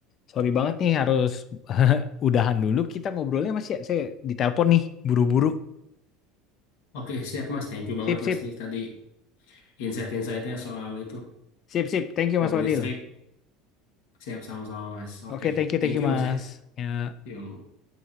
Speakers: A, on the left (about 30°); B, on the left (about 75°).
A: Sorry banget nih harus <laughs> udahan dulu. Kita ngobrolnya masih ya. Saya ditelepon nih, buru-buru.
B: Oke, siap Mas. Thank you
A: Sip,
B: banget
A: sip.
B: Mas nih tadi insight-insightnya soal itu
A: Sip, sip. Thank you Mas
B: mobil
A: Fadil.
B: listrik. Siap sama-sama Mas.
A: Oke,
B: Oke.
A: thank you, thank
B: Thank
A: you
B: you
A: Mas.
B: Mas ya.
A: Ya.
B: Yuk.